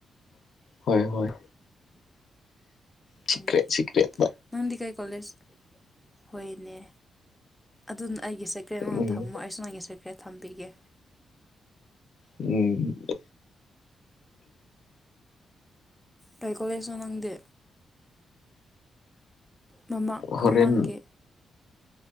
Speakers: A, on the left; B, in the centre.
A: ꯍꯣꯏ ꯍꯣꯏ ꯁꯦꯀꯔ꯭ꯦꯠ
B: ꯎꯝ
A: ꯁꯦꯛꯔꯦꯠ
B: ꯅꯪꯗꯤ ꯀꯩ ꯀꯣꯂꯦꯖ ꯍꯣꯏꯅꯦ ꯑꯗꯨꯅ ꯑꯩꯒꯤꯁꯦ ꯁꯦꯀ꯭ꯔꯦꯠ ꯅꯗ
A: ꯎꯝ
B: ꯊꯝꯃꯣ ꯑꯩꯁꯨ ꯅꯪꯒꯤ ꯁꯦ ꯀ꯭ꯔꯦꯠ ꯊꯝꯕꯤꯒꯦ
A: ꯎꯝ
B: ꯀꯩ ꯀꯣꯂꯦꯖꯁꯨ ꯅꯪꯗꯦ ꯃꯃꯥꯡ
A: ꯍꯣꯔꯦꯟ
B: ꯃꯃꯥꯡꯒꯤ